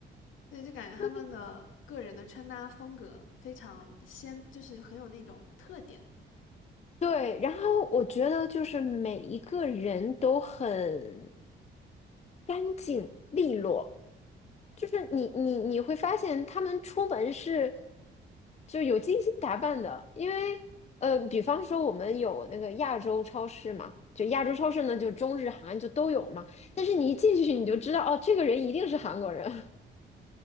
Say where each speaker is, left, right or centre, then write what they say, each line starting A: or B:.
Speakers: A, on the left; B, on the left.
A: 对，就感觉他们的个人的穿搭风格非常鲜，
B: 就。
A: 就是很有那种特点。
B: 对，然后我觉得就是每一个人都很干净利落，就是你你你会发现他们出门是就有精心打扮的，因为呃，比方说我们有那个亚洲超市嘛，就亚洲超市呢，就中日韩就都有嘛，但是你一进去你就知道哦，这个人一定是韩国人，